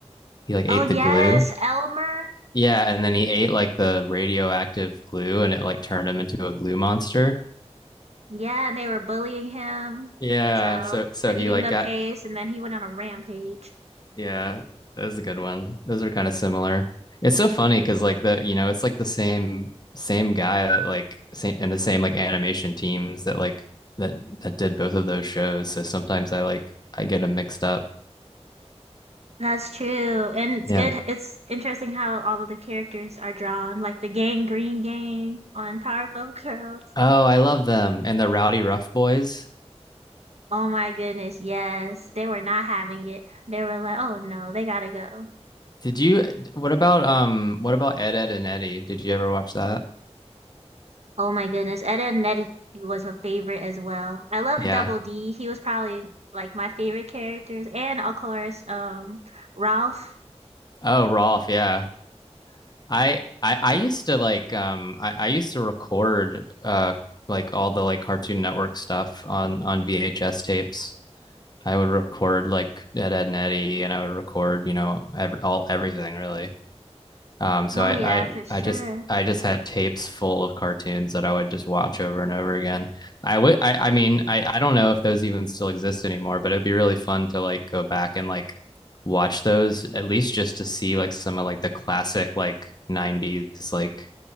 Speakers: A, on the left; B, on the right.
A: He like ate
B: Oh yes,
A: the glue.
B: Elmer.
A: Yeah, and then he ate like the radioactive glue, and it like turned him into a glue monster.
B: Yeah, and they were bullying him.
A: Yeah,
B: So
A: so so
B: for eating
A: he like
B: the
A: got
B: paste and then he went on a rampage.
A: yeah, that was a good one. Those are kind of similar. It's so funny because like the you know it's like the same same guy that like same, and the same like animation teams that like that that did both of those shows. So sometimes I like I get them mixed up.
B: That's true. And it's
A: Yeah.
B: good. It's interesting how all of the characters are drawn, like the gang Green Gang on Powerpuff Girls.
A: Oh, I love them and the Rowdy Rough Boys.
B: Oh my goodness, yes. They were not having it. They were like, oh no, they gotta go.
A: Did you what about um what about Ed Ed and Eddie? Did you ever watch that?
B: Oh my goodness. Ed and Eddie was a favorite as well. I love
A: Yeah.
B: the Double D. He was probably like my favorite characters. And of course, um, Ralph.
A: Oh, Rolf, yeah. I I I used to like um I I used to record uh like all the like Cartoon Network stuff on on VHS tapes. I would record like Ed Ed and Eddie and I would record, you know, every all everything really. Um, so
B: Oh
A: I,
B: yeah,
A: I
B: for sure.
A: I just I just had tapes full of cartoons that I would just watch over and over again. I would I, I mean I, I don't know if those even still exist anymore, but it'd be really fun to like go back and like watch those at least just to see like some of like the classic like 90s like